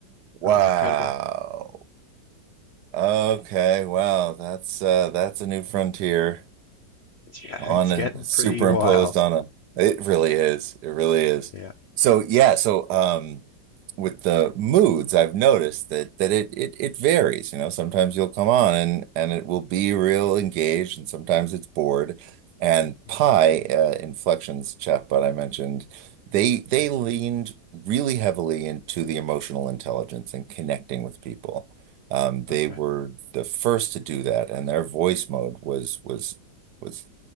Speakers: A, on the right; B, on the left.
A: wow.
B: And it was incredible.
A: Okay,
B: Yeah,
A: wow, that's uh that's a new frontier
B: yeah, <laughs>
A: on
B: it's
A: a
B: getting
A: superimposed
B: pretty wild.
A: on a it really is it really is
B: Yeah.
A: so yeah so um with the moods I've noticed that that it it it varies you know sometimes you'll come on and and it will be real engaged and sometimes it's bored and
B: hmm
A: Pi uh, Inflection's chatbot I mentioned they they
B: hmm
A: leaned really heavily into the emotional intelligence and connecting with people um they
B: Okay.
A: were the first to do that and their voice mode was was was